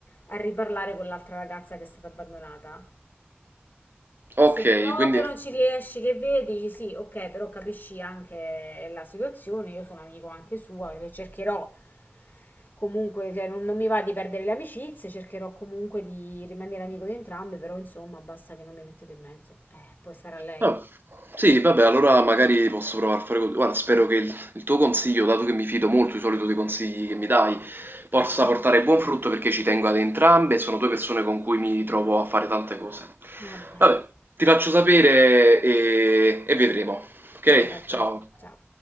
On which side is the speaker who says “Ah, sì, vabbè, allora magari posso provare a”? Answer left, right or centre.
Right